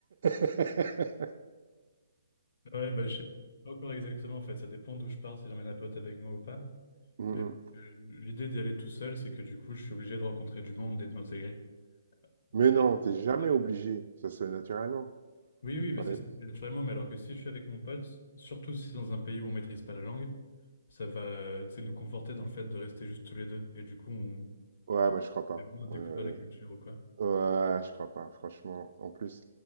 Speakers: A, on the right; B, on the left.
A: <laughs>
B: Ouais, bah, je sais pas encore exactement, en fait. Ça dépend d'où je pars, si j'emmène un pote avec moi ou pas.
A: Mm,
B: Mais
A: mm.
B: euh, l'idée d'y aller tout seul, c'est que du coup, je suis obligé de rencontrer du monde et de m'intégrer.
A: Mais
B: Alors,
A: non, t'es jamais
B: si j'étais avec-
A: obligé. Ça se fait naturellement.
B: Oui, oui, mais
A: Ouais,
B: c'est ça, c'est naturellement. Mais alors que si je suis avec mon pote, surtout si c'est dans un pays où on maîtrise pas la langue, ça va, euh, tu sais, nous conforter dans le fait de rester juste tous les deux. Et du coup, on
A: ouais, moi, je crois pas.
B: fait moins
A: Ouais,
B: découvrir
A: ouais.
B: la culture ou quoi.
A: Ouais, je crois pas, franchement. En plus,